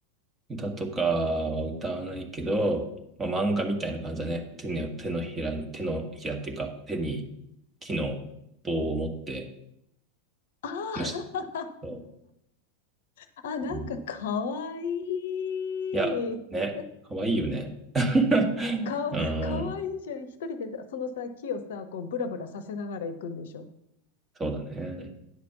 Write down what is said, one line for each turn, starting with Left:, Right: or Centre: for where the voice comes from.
Right: 歌とかは歌わないけど、まあ、漫画みたいな感じだね。手の、手のひらに、手のひらっていうか、手に木の棒を持って、
Left: あ
Right: 虫
Left: ー
Right: と、
Left: あ、なんかかわいい。
Right: うんいや、ね、かわいいよね。<laughs>
Left: かわ、
Right: うん、
Left: かわいいじゃん。一人でさそのさ、木をさ、こう、ブラブラさせながら行くんでしょ。
Right: そうだね。